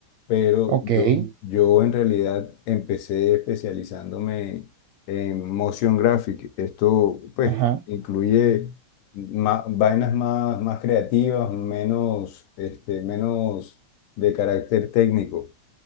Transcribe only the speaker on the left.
pero
yo,
yo en realidad empecé especializándome en motion graphic. Esto pues
incluye ma- vainas más, más creativas, menos, este, menos de carácter técnico